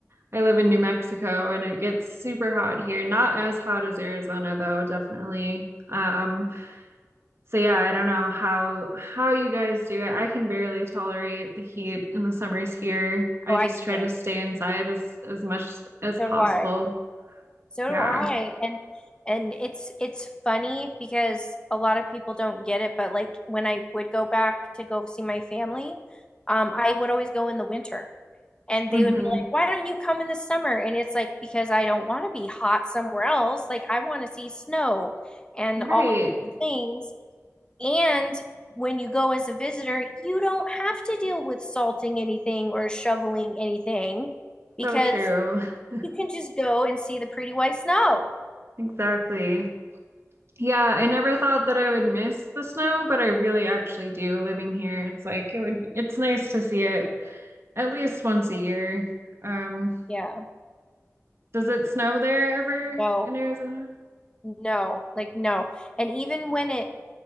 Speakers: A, on the right; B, on the left.
A: I live in New Mexico and it gets super hot here. Not as hot as Arizona though, definitely. Um, So yeah, I don't know how how you guys do it. I can barely tolerate the heat in the summers here. I
B: Oh, I
A: just
B: can't.
A: try to stay inside as as much as
B: So
A: possible.
B: do I. So
A: Yeah.
B: do I. And and it's it's funny because a lot of people don't get it, but like when I would go back to go see my family, um, I would always go in the winter. And
A: hmm
B: they would be like, "Why don't you come in the summer?" And it's like because I don't want to be hot somewhere else. Like I want to see snow and
A: Right.
B: all of those things. And when you go as a visitor, you don't have to deal with salting anything or shoveling anything because
A: So true. <laughs>
B: You can just go and see the pretty white snow.
A: Exactly. Yeah, I never thought that I would miss the snow, but I really actually do living here. It's like it would it's nice to see it at least once a year. Um,
B: Yeah.
A: does it snow there ever
B: No,
A: in Arizona?
B: no, like no. And even when it